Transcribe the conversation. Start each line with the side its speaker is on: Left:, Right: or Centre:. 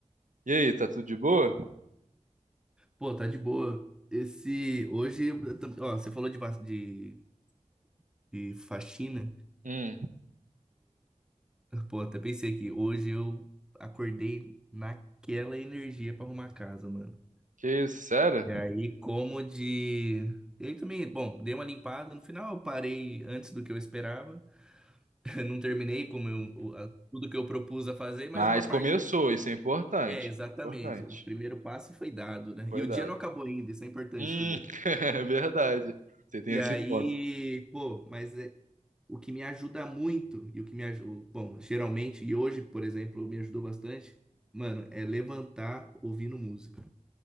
Right: E aí, tá tudo de boa?
Centre: Pô, tá de boa. Esse, hoje, eu tam- ó, você falou de, va- de, de faxina.
Right: Hum,
Centre: Pô, até pensei aqui, hoje eu acordei naquela energia pra arrumar a casa, mano.
Right: que isso, sério?
Centre: E aí, como de... Eu também, bom, dei uma limpada. No final, eu parei antes do que eu esperava. <laughs> Não terminei como eu, o- a- tudo que eu propus a fazer, mas
Right: Mas
Centre: uma
Right: começou,
Centre: parte
Right: isso é importante.
Centre: É, exatamente.
Right: Importante.
Centre: O primeiro passo foi dado, né?
Right: Foi
Centre: E o
Right: dado.
Centre: dia não acabou ainda, isso é importante
Right: Hum,
Centre: também.
Right: <laughs> é verdade. Você tem
Centre: E
Right: esse
Centre: aí,
Right: ponto.
Centre: pô, mas é, o que me ajuda muito, e o que me ajuda, bom, geralmente, e hoje, por exemplo, me ajudou bastante, mano, é levantar ouvindo música,